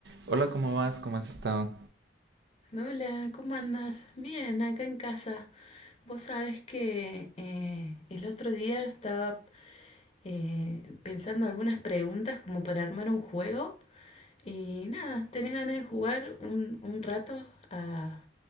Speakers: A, on the right; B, on the left.
A: Hola, ¿cómo vas? ¿Cómo has estado?
B: Hola, ¿cómo andas? Bien, acá en casa. Vos sabés que eh, el otro día estaba eh, pensando algunas preguntas como para armar un juego y nada, ¿tenés ganas de jugar un, un rato? Ah,